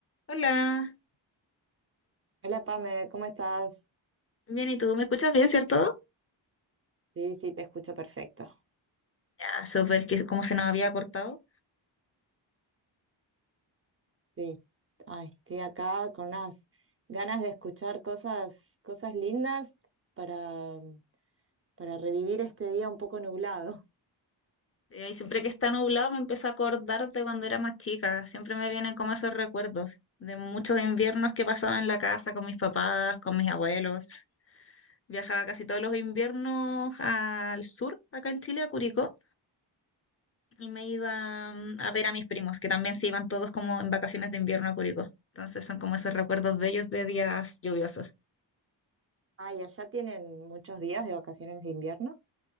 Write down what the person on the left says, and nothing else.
Hola,
bien, ¿y tú? ¿Me escuchas bien, cierto?
Ya, súper, que como se nos había cortado.
Eh, y siempre que está nublado me empiezo a acordar de cuando era más chica. Siempre me vienen como esos recuerdos de muchos inviernos que pasaba en la casa con mis papás, con mis abuelos. Viajaba casi todos los inviernos al sur, acá en Chile, a Curicó, y me iba mm, a ver a mis primos, que también se iban todos como en vacaciones de invierno a Curicó. Entonces son como esos recuerdos bellos de días lluviosos.